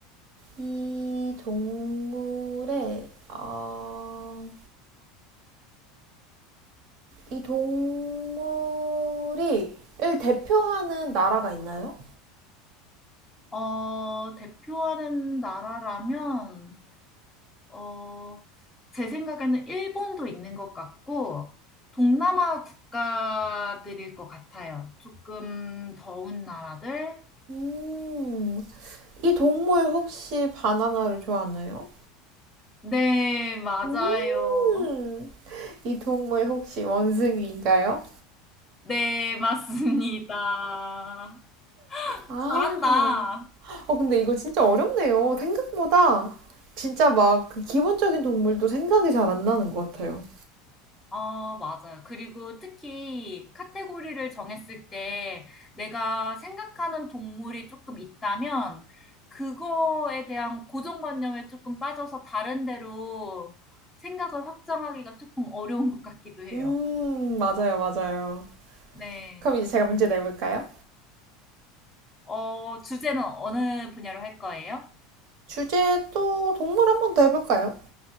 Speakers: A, on the right (about 55°); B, on the left (about 15°).
A: 이 동물의, 어... 이 동물이 을 대표하는 나라가 있나요?
B: 어, 대표하는 나라라면, 어, 제 생각에는 일본도 있는 것 같고, 동남아 국가들일 것 같아요. 조금 더운 나라들?
A: 음, 이 동물 혹시 바나나를 좋아하나요?
B: 네, 맞아요.
A: 음, 이 동물 혹시 원숭이인가요?
B: 네, 맞습니다.
A: 아,
B: 잘한다.
A: 어, 근데 이거 진짜 어렵네요. 생각보다 진짜 막 그 기본적인 동물도 생각이 잘 안 나는 것 같아요.
B: 어, 맞아요. 그리고 특히 카테고리를 정했을 때 내가 생각하는 동물이 조금 있다면 그거에 대한 고정관념에 조금 빠져서 다른 데로 생각을 확장하기가 조금 어려운 것 같기도 해요.
A: 음, 맞아요, 맞아요.
B: 네.
A: 그럼 이제 제가 문제 내볼까요?
B: 어, 주제는 어느 분야로 할 거예요?
A: 주제 또 동물 한번 더 해볼까요?